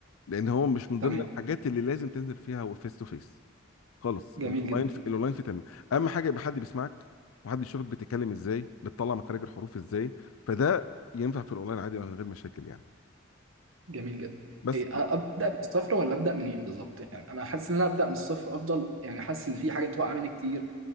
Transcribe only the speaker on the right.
تمام
جميل جدا
جميل جدا
إيه أ- ابدا من الصفر ولا ابدا منين بالظبط يعني انا حاسس ان انا ابدا من الصفر افضل يعني حاسس ان في حاجات واقعه مني كتير